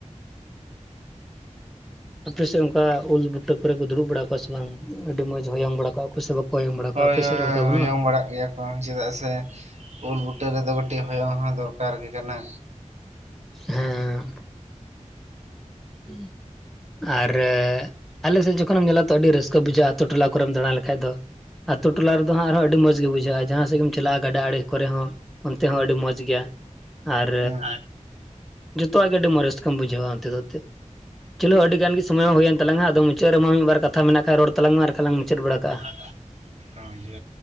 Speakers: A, in the centre; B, on the right (about 60°).
A: ᱟᱯᱮ ᱥᱮᱜ ᱚᱱᱠᱟ ᱩᱞ ᱵᱩᱴᱟᱹ ᱠᱚᱨᱮ ᱠᱚ ᱫᱩᱲᱩᱵ ᱵᱟᱲᱟ ᱠᱚᱣᱟ ᱥᱮ ᱵᱟᱝ? ᱟᱹᱰᱤ ᱢᱚᱡᱽ ᱦᱚᱭᱚᱝ ᱵᱟᱲᱟ ᱠᱚᱜᱟᱼᱟ ᱾ ᱠᱚ ᱥᱮ ᱵᱟᱝ ᱦᱚᱭᱚᱜ ᱵᱟᱲᱟ ᱠᱚᱣᱟ᱾
B: ᱦᱳᱭ
A: ᱟᱯᱮᱥᱮᱜ
B: ᱦᱳᱭ
A: ᱨᱮ ᱚᱱᱠᱟ
B: ᱦᱳᱭ
A: ᱵᱟᱹᱱᱩᱜᱼᱟ?
B: ᱦᱚᱭᱚᱝ ᱵᱟᱲᱟᱜ ᱜᱮᱭᱟ ᱪᱮᱫᱟᱜ ᱥᱮ ᱩᱞ ᱵᱩᱴᱟᱹ ᱨᱮ-ᱫᱚ ᱠᱟᱹᱴᱤᱡ ᱦᱚᱭᱚ-ᱜ ᱦᱚᱸ ᱫᱚᱨᱠᱟᱨ ᱜᱮ ᱠᱟᱱᱟ᱾
A: ᱦᱮᱸ <unintelligible> ᱟᱨ ᱟᱞᱮᱥᱮᱫ ᱡᱚᱠᱷᱚᱱ ᱮᱢ ᱧᱮᱞᱟ ᱛᱚ ᱟᱹᱰᱤ ᱨᱟᱹᱥᱠᱟᱹ ᱵᱩᱡᱷᱟᱹᱜ-ᱟ ᱟᱛᱳ ᱴᱚᱞᱟ ᱠᱚᱨᱮᱢ ᱫᱟᱲᱟ ᱞᱮᱠᱷᱟᱡ ᱫᱚ ᱟᱛᱳ ᱴᱚᱞᱟ ᱨᱮᱫᱚ ᱦᱟᱸ ᱟᱨᱦᱚᱸ ᱟᱹᱰᱤ ᱢᱚᱡᱽ ᱜᱮ ᱵᱩᱡᱷᱟᱹᱜ-ᱟ, ᱡᱟᱦᱟᱸ ᱥᱮᱜ ᱜᱮᱢ ᱪᱟᱞᱟᱜ-ᱟ ᱜᱟᱰᱟ ᱟᱲᱮ ᱠᱚᱨᱮ ᱦᱚᱸ ᱚᱱᱛᱮ ᱦᱚᱸ ᱟᱹᱰᱤ ᱢᱚᱡᱽ ᱜᱮᱭᱟ᱾ ᱟᱨ
B: ᱦᱩᱸ
A: ᱡᱷᱚᱛᱚᱣᱟᱜ ᱜᱮ ᱟᱹᱰᱤ ᱨᱟᱹᱥᱠᱟᱹᱢ ᱵᱩᱡᱷᱟᱹᱣᱟ ᱚᱱᱛᱮ ᱫᱚ ᱮᱱᱛᱮᱜ ᱪᱚᱞᱚ ᱟᱹᱰᱤ ᱜᱟᱱ ᱜᱮ ᱥᱚᱢᱚᱭ ᱦᱚᱸ ᱦᱩᱭᱮᱱ ᱛᱟᱞᱟᱝᱟ ᱟᱫᱚ ᱢᱩᱪᱟᱹᱫ ᱨᱮᱢᱟ ᱢᱤᱫ ᱵᱟᱨ ᱠᱟᱛᱷᱟ ᱢᱮᱱᱟᱜ ᱠᱷᱟᱡ ᱨᱚᱲ ᱛᱟᱞᱟᱝ ᱢᱮ ᱟᱨᱠᱷᱟ ᱞᱟᱝ ᱢᱩᱪᱟᱹᱫ ᱵᱟᱲᱟ ᱠᱟᱜ-ᱟ᱾
B: <unintelligible>